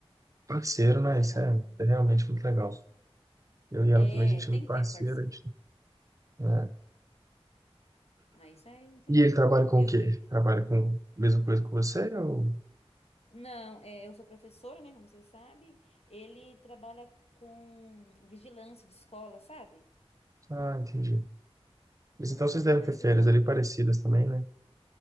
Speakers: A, on the right; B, on the left.
A: Parceiro, né?
B: Isso
A: Isso
B: é bacana.
A: é, é realmente muito legal. Eu e ela
B: É,
A: também, a gente
B: tem
A: é muito parceira.
B: que ter um parceiro.
A: a gente- né?
B: Ah, isso é. inte-
A: E ele trabalha com
B: Eu,
A: o quê?
B: e-
A: Trabalha com a mesma coisa que você? Ou...
B: não, é, eu sou professora, né? Como você sabe, ele trabalha com vigilância de escola, sabe?
A: Ah, entendi. Mas então
B: Mas
A: vocês
B: ele
A: devem
B: tá
A: ter
B: estudando.
A: férias ali parecidas também, né?